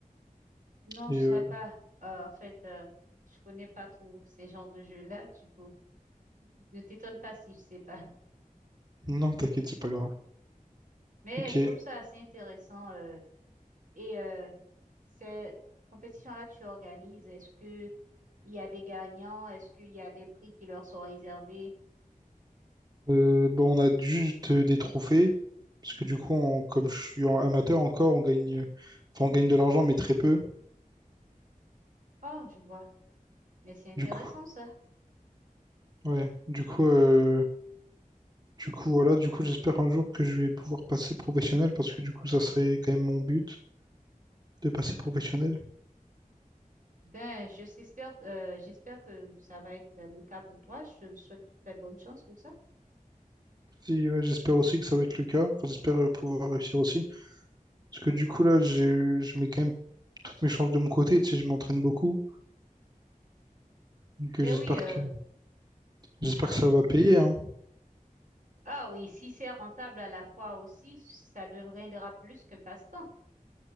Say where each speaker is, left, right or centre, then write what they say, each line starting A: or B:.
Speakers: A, on the right; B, on the right.
A: Non,
B: Et
A: je sais
B: euh,
A: pas. Euh, en fait, euh, je connais pas trop ces genres de jeux-là, du coup. Ne t'étonne pas si je sais pas.
B: non, t'inquiète, c'est pas grave.
A: Mais
B: Ok.
A: je trouve ça assez intéressant. euh, et euh, ces compétitions-là que tu organises, est-ce que il y a des gagnants? Est-ce qu'il y a des prix qui leur sont réservés?
B: Euh, bon, on a juste des trophées parce que du coup, on- comme je suis en- amateur encore, on gagne, enfin, on gagne de l'argent, mais très peu.
A: Oh, je vois. Mais c'est intéressant
B: Du coup,
A: ça.
B: ouais. Du coup, euh, du coup, voilà. Du coup, j'espère un jour que je vais pouvoir passer professionnel parce que du coup, ça serait quand même mon but de passer professionnel.
A: Ben, je s'espère, euh, j'espère que ça va être le cas pour toi. Je te souhaite toute la bonne chance pour ça.
B: Si, ouais, j'espère aussi que ça va être le cas. Enfin, j'espère euh, pouvoir réussir aussi. Parce que du coup, là, j'ai- je mets quand même toutes mes chances de mon côté. Tu sais, je m'entraîne beaucoup. Donc
A: Ben
B: euh, j'espère
A: oui, euh,
B: que j'espère
A: <laughs>
B: que ça va payer, hein.
A: Ah oui, si c'est rentable à la fois aussi, ça deviendra plus que passe-temps.